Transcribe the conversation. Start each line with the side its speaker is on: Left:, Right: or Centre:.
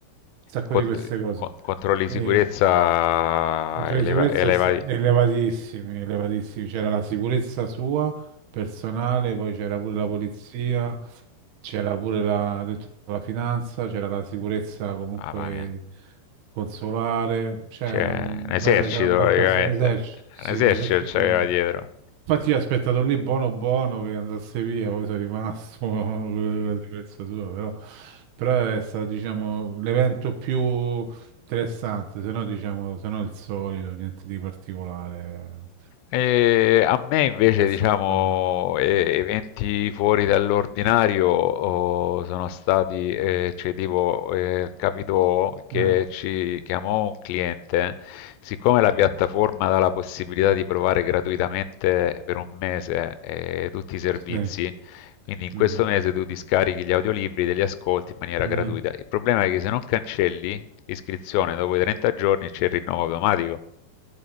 Right: sacco
Left: Cont
Right: di queste cose.
Left: co controlli di
Right: E,
Left: sicurezza
Right: Controlli
Left: eleva
Right: di sicurezza
Left: elevati.
Right: sta- elevatissimi, elevatissimi. C'era la sicurezza sua, personale, poi c'era pure la polizia, c'era pure la, ho detto, la finanza, c'era la sicurezza comunque
Left: Mamma mia.
Right: consolare, c'era
Left: Cioè,
Right: un
Left: un esercito
Right: bel, c'era un Esercito
Left: praticamente.
Right: bel di caso, merda, eh. esercito, sì,
Left: Un esercito
Right: un Eh, esercito
Left: c'aveva
Right: di
Left: dietro.
Right: Infatti io ho aspettato lì buono buono che andasse via, poi sono rimasto <laughs> con la sicurezza sua, però, però è stato, diciamo, l'evento più interessante, se no, diciamo, se no il solito, niente di particolare,
Left: E a me invece,
Right: abbastanza...
Left: diciamo, e- eventi fuori dall'ordinario oh, sono stati, eh, cioè tipo, eh, capitò che
Right: Eh,
Left: ci chiamò un cliente, siccome la
Right: mhm,
Left: piattaforma dà la possibilità di provare gratuitamente per un mese eh, tutti i servizi,
Right: Sì,
Left: quindi in
Right: mhm,
Left: questo mese tu ti scarichi gli audiolibri, te li ascolti in maniera
Right: mm,
Left: gratuita. Il problema è che se non cancelli l'iscrizione dopo i 30 giorni c'è il rinnovo automatico.